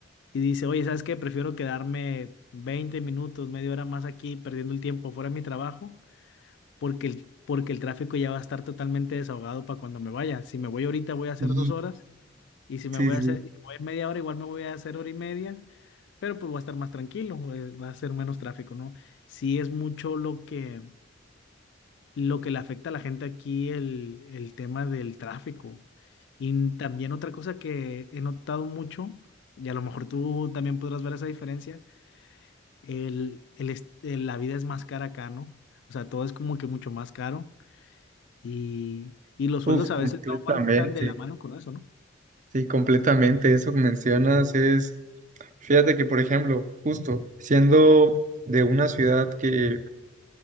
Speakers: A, on the left; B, on the right.
A: y dice, oye, ¿sabes qué? Prefiero quedarme 20 minutos, media hora más aquí, perdiendo el tiempo fuera de mi trabajo, porque el, porque el tráfico ya va a estar totalmente desahogado para cuando me vaya. Si me voy ahorita voy a hacer
B: Y,
A: dos horas, y si
B: sí,
A: me voy
B: sí.
A: a hacer, y voy a ir media hora, igual me voy a hacer hora y media. Pero pues voy a estar más tranquilo, eh, va a ser menos tráfico, ¿no? si es mucho lo que, lo que le afecta a la gente aquí el, el tema del tráfico. Y también otra cosa que he notado mucho, y a lo mejor tú también podrás ver esa diferencia, el, el, est- el- la vida es más cara acá, ¿no? O sea, todo es como que mucho más caro y, y los
B: Uf,
A: sueldos
B: completamente.
A: a veces no van tan de la mano con eso, ¿no?
B: Sí, completamente. Eso que mencionas es, fíjate que, por ejemplo, justo siendo de una ciudad que,